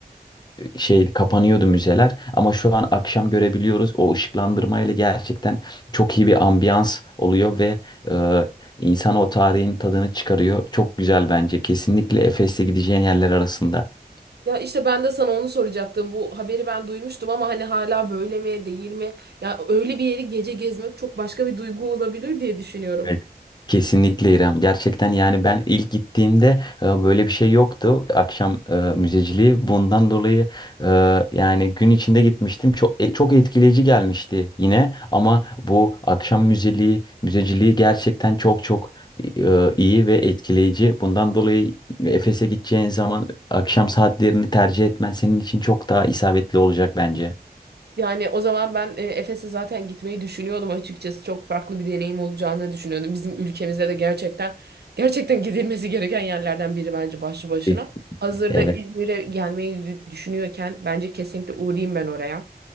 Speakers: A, on the left; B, on the right.
A: şey kapanıyordu müzeler ama şu an akşam görebiliyoruz. O ışıklandırmayla gerçekten çok iyi bir ambiyans oluyor ve e, insan o tarihin tadını çıkarıyor. Çok güzel bence. Kesinlikle Efes'te gideceğin yerler arasında.
B: Ya işte ben de sana onu soracaktım. Bu haberi ben duymuştum ama hani hala böyle mi değil mi? Ya öyle bir yeri gece gezmek çok başka bir duygu olabilir diye düşünüyorum.
A: Evet. Kesinlikle İrem. Gerçekten yani ben ilk gittiğimde e, böyle bir şey yoktu. Akşam e, müzeciliği. Bundan dolayı e, yani gün içinde gitmiştim. Çok e, çok etkileyici gelmişti yine. Ama bu akşam müzeliği, müzeciliği gerçekten çok çok e, iyi ve etkileyici. Bundan dolayı Efes'e gideceğin zaman akşam saatlerini tercih etmen senin için çok daha isabetli olacak bence.
B: Yani o zaman ben e, Efes'e zaten gitmeyi düşünüyordum açıkçası. Çok farklı bir deneyim olacağını düşünüyordum. Bizim ülkemizde de gerçekten gerçekten gidilmesi gereken yerlerden biri bence başlı başına.
A: Kesin.
B: Hazırda
A: Evet,
B: İzmir'e gelmeyi dü- düşünüyorken bence kesinlikle uğrayayım ben oraya.